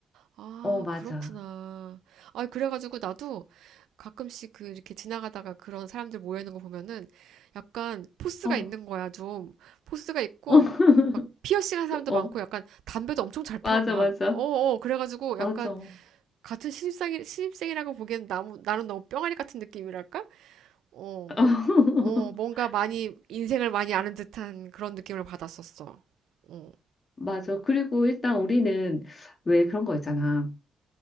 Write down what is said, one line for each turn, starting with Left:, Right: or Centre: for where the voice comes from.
Right: 아,
Left: 어, 맞아.
Right: 그렇구나. 아, 그래가지고 나도 가끔씩 그 이렇게 지나가다가 그런 사람들 모여있는 거 보면은 약간 포스가
Left: 어,
Right: 있는 거야, 좀. 포스가 있고,
Left: <laughs>
Right: 막 피어싱 한 사람도
Left: 어,
Right: 많고
Left: 어,
Right: 약간 담배도 엄청 잘 펴,
Left: 맞아,
Right: 막.
Left: 맞아.
Right: 어어, 그래가지고
Left: 맞아.
Right: 약간 같은 신입생, 신입생이라고 보기엔 나무, 나는 너무 뿅아리 같은 느낌이랄까? 어,
Left: <laughs>
Right: 어, 뭔가 많이, 인생을 많이 아는 듯한 그런 느낌을 받았었어. 어,
Left: 맞아. 그리고 일단 우리는 왜 그런 거 있잖아.